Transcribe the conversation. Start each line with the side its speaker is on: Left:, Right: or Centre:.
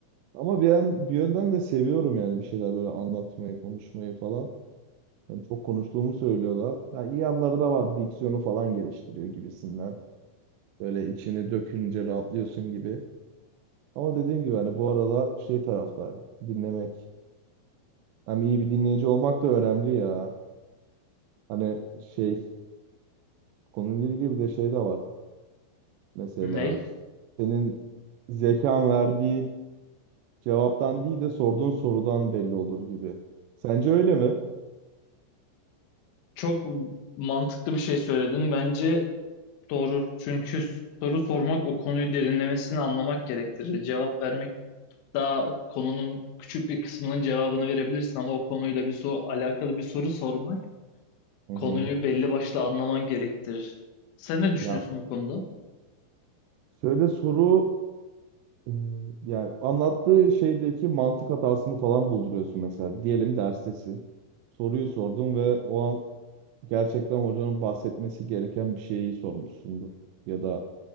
Right: Ama bir, yan, bir yönden de seviyorum yani bir şeyler böyle anlatmayı, konuşmayı falan. Hani çok konuştuğumu söylüyorlar. Ha, iyi yanları da var. Diksiyonu falan geliştiriyor gibisinden. Böyle içini dökünce rahatlıyorsun gibi. Ama dediğim gibi hani bu aralar şey taraftarı dinlemek. Hem iyi bir dinleyici olmak da önemli ya. Hani şey konuyla ilgili bir de şey de var. Mesela
Left: Ney?
Right: senin zekan verdiği cevaptan değil de sorduğun sorudan belli olur gibi. Sence öyle mi?
Left: Çok mantıklı bir şey söyledin. Bence doğru. Çünkü soru sormak o konuyu derinlemesine anlamak gerektirir. Cevap vermek daha konunun küçük bir kısmının cevabını verebilirsin ama o konuyla bir soru, alakalı bir soru sormak
Right: Hı hı.
Left: konuyu belli başlı anlaman gerektirir. Sen ne düşünüyorsun
Right: Ya
Left: bu konuda?
Right: şöyle soru e, yani anlattığı şeydeki mantık hatasını falan bulduruyorsun mesela. Diyelim derstesin. Soruyu sordun ve o an gerçekten hocanın bahsetmesi gereken bir şeyi sormuşsundur. Ya da